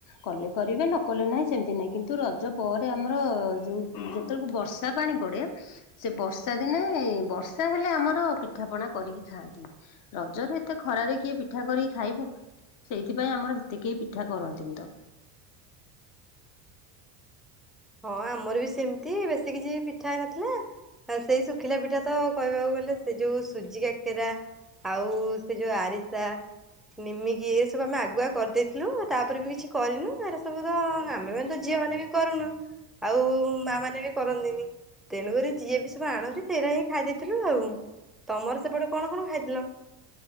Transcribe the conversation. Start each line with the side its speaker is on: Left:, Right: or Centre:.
Left: କଲେ କରିବେ ନ କଲେ ନାହିଁ ସେମତି ନାହିଁ କିନ୍ତୁ ରଜ ପରେ ଆମର ଯୋଉ ଯେତେବେଳକୁ ବର୍ଷା ପାଣି ପଡେ ସେ ବର୍ଷା ଦିନେ ବର୍ଷା ହେଲେ ଆମର ପିଠାପଣା କରିକି ଖାଆନ୍ତି ରଜରେ ଏତେ ଖରାରେ କିଏ ପିଠା କରିକି ଖାଇବ ସେଇଥିପାଇଁ ଆମର ଏତେ କେହି ପିଠା କରନ୍ତିନି ତ
Centre: ହଁ। ହଁ ଆମର ବି ସେମିତି ବ ସେ କିଛି ପିଠା ହେ ନଥିଲା ସେଇ ଶୁଖିଲା ପିଠା ତ କହିବାକୁ ଗଲେ ସେ ଯୋଉ ସୁଜି କଖିରା ଆଉ ସେ ଯୋଉ ଆରିସା ନିମିକି ଏ ସବୁ ଆମେ ଆଗୁଆ କରିଦେଇଥିଲୁ ତାପରେ ବି କିଛି କରିନୁ ଏର ସବୁ ତ ଆମେମାନେ ତ ଝିଅ ମାନେ ବି କରୁନୁ ଆଉ ମା ମାନେ ବି କରନ୍ତିନି ତେଣୁକ ଯିଏ ବି ସବୁ ଆଣନ୍ତି ସେଇଟା ହିଁ ଖାଇ ଦେଇେଇଥିଲୁ ଆଉ ତମର ସେପଟେ କଣ କଣ ଖାଇଥିଲ।